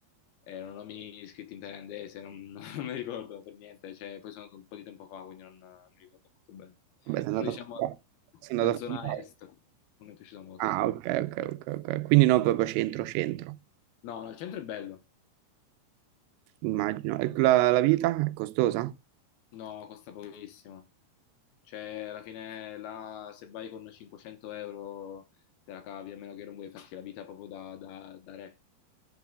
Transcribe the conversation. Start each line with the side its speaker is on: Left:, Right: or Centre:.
Left: erano nomi scritti in thailandese, non, <laughs> non me li ricordo per niente, cioè, poi sono un po' di tempo fa, quindi non, non mi ricordo molto bene.
Right: Vabbè, sei andato
Left: Però diciamo
Right: a fondare. Sei
Left: la
Right: andato
Left: zona
Right: a fondare.
Left: est non mi è piaciuta molto.
Right: Ah, ok, ok, ok, ok. Quindi no, proprio centro, centro,
Left: No, no, il centro è bello,
Right: immagino. E la, la vita è costosa?
Left: no, costa pochissimo. Cioè, alla fine, là, se vai con 500 euro te la cavi, a meno che non vuoi farti la vita proprio da, da- da re.